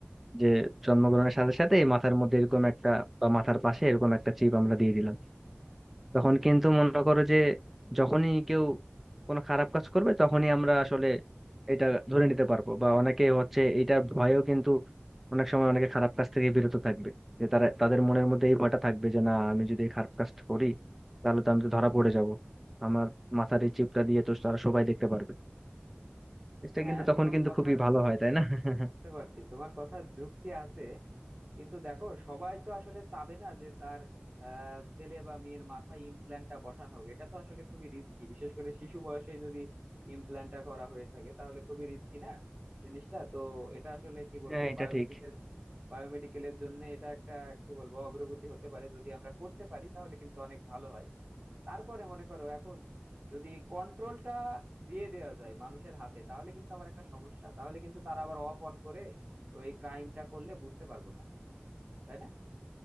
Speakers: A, in the centre; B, on the right.
A: যে জন্মগ্রহণের সাথে সাথে এই মাথার মধ্যে এরকম একটা বা মাথার পাশে এরকম একটা চিপ আমরা দিয়ে দিলাম তখন কিন্তু মনে করো যে যখনই কেউ কোনো খারাপ কাজ করবে তখনই আমরা আসলে এটা ধরে নিতে পারবো বা অনেকে হচ্ছে এটার ভয়েও কিন্তু অনেক সময় অনেকে খারাপ কাজ থেকে বিরত থাকবে যে তারা তাদের মনের মধ্যে এই ভয়টা থাকবে যে না আমি যদি এই খারাপ কাজটা করি তাহলে তো আমি তো ধরা পড়ে যাব আমার মাথার এই চিপটা দিয়ে তো তারা সবাই দেখতে পারবে এটা
B: হ্যাঁ
A: কিন্তু তখন
B: তোমার
A: কিন্তু
B: কথার
A: খুবই
B: আসলে
A: ভালো হয় তাই না <laughs>
B: বুঝতে পারছি তোমার কথা যুক্তি আছে কিন্তু দেখো সবাই তো আসলে চাবে না যে তার আহ, ছেলে বা মেয়ের মাথায় ইমপ্ল্যান্টটা বসানো হোক এটা তো আসলে খুবই রিস্কি বিশেষ করে শিশু বয়সে যদি ইমপ্ল্যান্টটা করা হয়ে থাকে তাহলে খুবই রিস্কি না জিনিসটা তো এটা আসলে কি বলবো
A: হ্যাঁ এটা
B: বায়োমেডিকেল
A: ঠিক
B: বায়োমেডিকেলের জন্য এটা একটা কি বলবো অগ্রগতি হতে পারে যদি আমরা করতে পারি তাহলে কিন্তু অনেক ভালো হয় তারপরে মনে করো এখন যদি কন্ট্রোলটা দিয়ে দেওয়া যায় মানুষের হাতে তাহলে কিন্তু আবার একটা সমস্যা তাহলে কিন্তু তারা আবার অফ অন করে ওই ক্রাইমটা করলে বুঝতে পারবো না তাই না